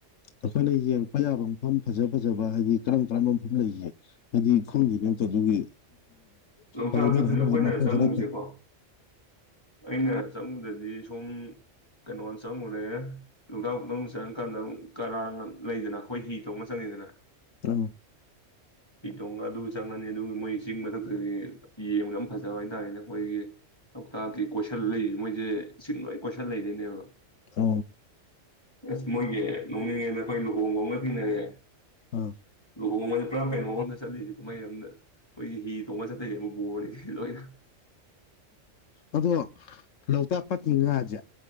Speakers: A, on the left; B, on the left.
A: ꯑꯩꯈꯣꯏꯅ ꯌꯦꯡꯉꯛꯄ ꯌꯥꯕ ꯃꯐꯝ ꯐꯖ ꯐꯖꯕ ꯍꯥꯏꯗꯤ ꯀꯔꯝ ꯀꯔꯝꯕ ꯃꯐꯝ ꯂꯩꯁꯦ ꯍꯥꯏꯗꯤ ꯈꯪꯗꯦꯅꯣ ꯑꯇ ꯑꯗꯨꯒꯤ
B: ꯂꯣꯡꯆꯥꯛꯁꯦ
A: ꯍꯥꯏꯗꯤ ꯃꯤꯅ
B: ꯐꯖ
A: ꯍꯥꯏꯅꯕꯗꯤ
B: ꯑꯩꯈꯣꯏꯅ
A: ꯃꯐꯝ
B: ꯆꯪꯉꯨꯁꯦꯀꯣ
A: ꯈꯔ
B: ꯑꯩꯅ ꯆꯪꯉꯨꯗꯗꯤ ꯁꯨꯝ ꯀꯩꯅꯣ ꯆꯪꯉꯨꯗ ꯂꯨꯒꯥꯎꯗꯧ ꯆꯪꯉꯀꯥꯟꯗ ꯑꯃꯛ ꯀꯔꯥꯡ ꯂꯩꯗꯅ ꯑꯩꯈꯣꯏ ꯍꯤ ꯊꯣꯛꯣꯡꯅ ꯆꯪꯉꯤꯗꯅ
A: ꯑꯥ
B: ꯄꯤ ꯇꯣꯡꯒ ꯑꯗꯨ ꯆꯪꯉꯅꯤ ꯑꯗꯨꯒ ꯃꯣꯏ ꯆꯤꯡ ꯃꯊꯛꯇꯒꯤ ꯌꯦꯡꯕꯗ ꯌꯥꯝ ꯐꯖꯕ ꯍꯥꯏꯇꯥꯔꯦꯅꯦ ꯑꯩꯈꯣꯏꯒꯤ ꯂꯣꯛꯇꯥꯛꯀꯤ ꯀꯣꯏꯁꯜ ꯂꯩꯁ ꯃꯣꯏꯁꯦ ꯏꯁꯤꯡ ꯂꯣꯏ ꯀꯣꯏꯁꯜ ꯂꯩꯗꯣꯏꯅꯦꯕ
A: ꯑ
B: ꯑꯁ ꯃꯣꯏꯒꯤ ꯅꯣꯡꯅꯤꯡꯉꯩꯗ ꯑꯩꯈꯣꯏ ꯂꯨꯍꯣꯡꯕ ꯑꯃ ꯊꯦꯡꯅꯔꯦ
A: ꯑꯥ
B: ꯂꯨꯍꯣꯡꯉꯁꯦ ꯄꯨꯔꯥ ꯀꯩꯅꯣ ꯑꯝꯗ ꯆꯠꯂꯤꯁꯦ ꯀꯨꯝꯍꯩ ꯑꯃꯝꯗ ꯃꯣꯏꯒꯤ ꯍꯤ ꯇꯣꯡꯉ ꯆꯠ ꯌꯥꯝ ꯣꯔꯂꯣꯏꯅ
A: ꯑꯗꯣ ꯂꯣꯛꯇꯥꯛ ꯄꯥꯠꯇꯤ ꯉꯥꯁꯦ